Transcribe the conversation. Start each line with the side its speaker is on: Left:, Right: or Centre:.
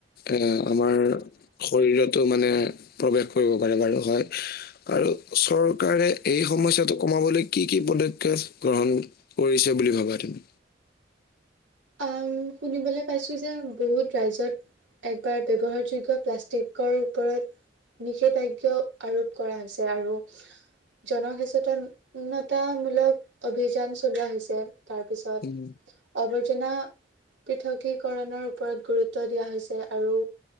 Left: এ আমাৰ শৰীৰতো মানে প্ৰৱেশ কৰিব পাৰে বাৰু হয়। আৰু চৰকাৰে এই সমস্যাটো কমাবলৈ কি কি পদক্ষেপ গ্ৰহণ কৰিছে বুলি ভাবা তুমি?
Right: অ', শুনিবলৈ পাইছো যে বহুত ৰাজ্যত একবাৰ ব্যৱহাৰযোগ্য প্লাষ্টিকৰ ওপৰত নিষেধাজ্ঞা আৰোপ কৰা হৈছে। আৰু জনসচেতনতামূলক অভিযান চলোৱা হৈছে। তাৰপিছত
Left: উম
Right: অবৈ চিনা, পৃথকীকৰণৰ ওপৰত গুৰুত্ব দিয়া হৈছে। আৰু